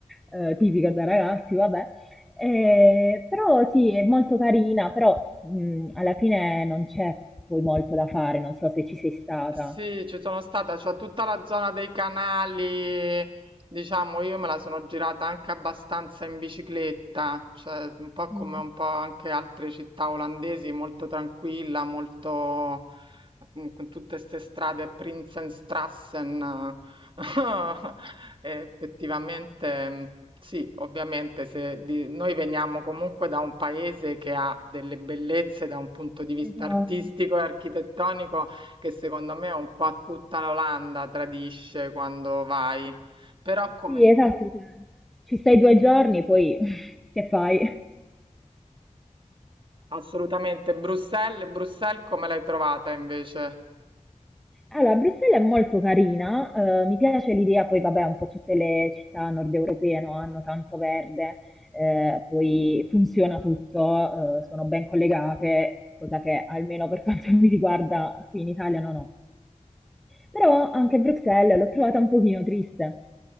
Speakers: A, in the centre; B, on the right.
A: eh, tipico da ragazzi, vabbè. Eh, però sì, è molto carina, però mh, alla fine non c'è poi molto da fare, non so se ci sei stata.
B: Sì, ci sono stata, c'è tutta la zona dei canali, diciamo, io me la sono girata anche abbastanza in bicicletta, cioè un po' come
A: Mm.
B: un po' anche altre città olandesi, molto tranquilla, molto mm, con tutte queste strade Prinsenstrassen. <laughs> E effettivamente mm, sì, ovviamente se di- noi veniamo comunque da un paese che ha delle bellezze da un punto di vista
A: Esatto.
B: artistico e architettonico che secondo me un po' tutta l'Olanda tradisce quando vai. Però come
A: Sì, esatto, cioè, ci stai 2 giorni, poi <laughs> che fai?
B: assolutamente Bruxelles, Bruxelles come l'hai trovata invece?
A: Allora, Bruxelles è molto carina, eh, mi piace l'idea, poi vabbè, un po' tutte le città nord europee no, hanno tanto verde, eh, poi funziona tutto, eh, sono ben collegate, cosa che almeno per <laughs> quanto mi riguarda qui in Italia non ho. Però anche Bruxelles l'ho trovata un pochino triste.